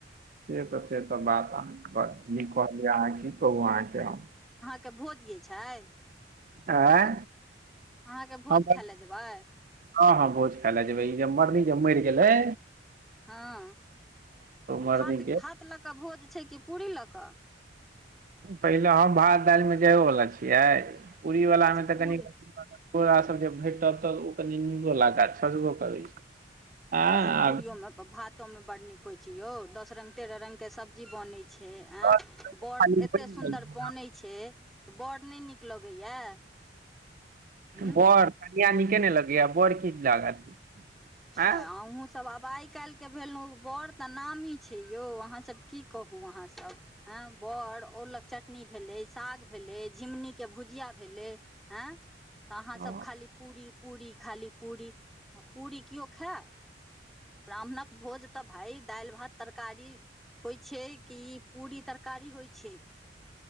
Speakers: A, on the right; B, in the centre.
A: से तऽ से तऽ बात अहाँके, निके कहलियअ, की कहुँ अहाँ के।
B: त भोजिये छै।
A: आय।
B: अहाँके भोज
A: हम त,
B: खाय लए जेबै
A: ह, ह, भोज खाइले जेबै, ई जे मरली ई जे मैरगेलई।
B: हँ,
A: मरनी
B: भात-
A: के
B: भात लऽ कऽ भोज छै, कि पूरी लऽ कऽ?
A: पहिले हम, भात -दालिमे जाबहोवला छियै। पूरी वालला
B: अच्छा
A: मे तऽ
B: पूरी
A: कनि, पुरा सब जे भेटत तऽ ओ कनि पूरी वला, काज छजबो करै छै। आँय
B: हइ पूरीयो
A: आब
B: में, भातो मे बड नीक होइ छै यौ, दस रंग, तेरह रंग के सब्जी बने छै। ए
A: खाली
B: बड़ एते
A: बनि
B: सुन्दर
A: गेल छै
B: बन छै, बड़ ने नीक लगैया? हूँ
A: बर, कनीया निके ने लगैया, बर की निक लागत? आँ
B: ऐ अँहू सबआब आइ काल्हिके भेलहुँ, बड़ तऽ नामी छै यौ, अहाँ सब की कहू अहाँ सब, हँ? बड़, ओलक चटनी भेलै, साग भेलै, झि्गुनीके भुजिया भेलै, आँय। तऽ अहाँसभ
A: हँ,
B: खाली पूरी -पूरी, खाली पूरी, आ पूरी केओ खाय? ब्राह्मणक भोज तऽ, भाय दालि- भात तरकारी होइ छै‌, कि पूरी तरकारी होइ छै?